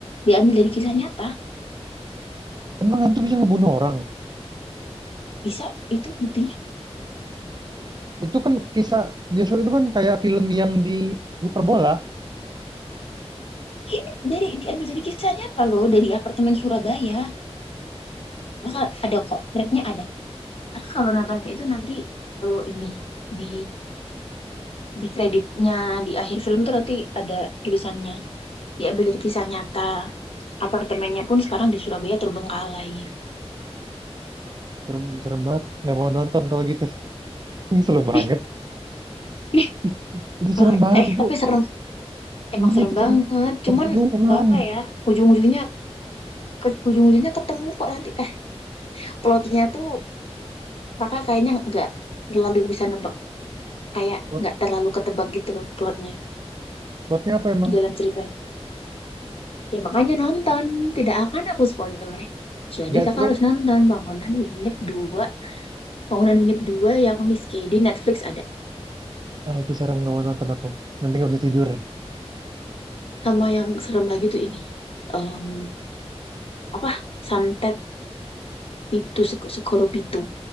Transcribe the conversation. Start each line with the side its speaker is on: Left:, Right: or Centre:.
Left: diambil dari kisah nyata
Right: emang hantu bisa ngebunuh orang?
Left: bisa itu buktinya
Right: Itu kan kisah bioskop itu kan kayak film yang di hiperbola.
Left: ini dari diambil dari kisah nyata loh dari apartemen Surabaya maka ada kok threadnya ada Kakak kalau nonton itu nanti eh, ini di di kreditnya di akhir film tuh nanti ada tulisannya diambil dari kisah nyata apartemennya pun sekarang di Surabaya terbengkalai
Right: Serem, serem banget. Nggak mau nonton kalau gitu. <laughs> Serem banget.
Left: ih ih
Right: <laughs> Itu
Left: banget
Right: serem banget
Left: eh
Right: itu.
Left: tapi serem emang
Right: Iya
Left: serem
Right: itu serem.
Left: banget
Right: Pembunuhan.
Left: cuman apa ya ujung-ujungnya ke ujung-ujungnya ketemu kok nanti eh plotnya tuh kakak kayaknya nggak terlalu bisa nebak kayak
Right: Plot-
Left: nggak terlalu ketebak gitu loh plotnya
Right: Plotnya apa emang?
Left: jalan ceritanya ya makanya nonton tidak akan aku spoiler jadi
Right: Nggak
Left: kakak
Right: seru.
Left: harus nonton Bangunan Wingit dua. Bangunan Unit dua yang Miss Kay di Netflix ada.
Right: Ah itu serem nggak mau nonton aku. Nanti nggak bisa tidur.
Left: Sama yang serem lagi tuh ini. Em, apa? Santet Pitu, Sek- Segoro Pitu.